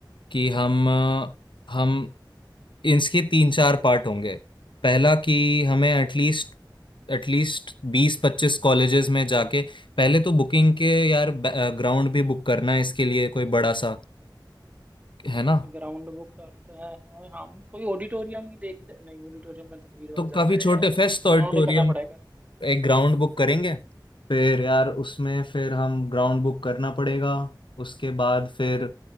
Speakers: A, on the left; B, on the right.
A: कि हम अ, हम इसके तीन चार पार्ट होंगे पहला कि हमें
B: ठीक
A: एटलीस्ट
B: है
A: एटलीस्ट बीस पच्चीस कॉलेजेस में जाके पहले तो बुकिंग के यार ग्राउंड भी बुक करना है इसके लिए कोई बड़ा सा है ना
B: ग्राउंड बुक करते हैं हम कोई ऑडिटोरियम ही देख ले नहीं ऑडिटोरियम में तो भीड़ और
A: तो
B: ज्यादा
A: काफी छोटे
B: है यार
A: फेस्ट ऑडिटोरियम
B: ग्राउंड ही करना
A: में
B: पड़ेगा
A: एक ग्राउंड बुक करेंगे फिर यार उसमें फिर हम ग्राउंड बुक करना पड़ेगा उसके बाद फिर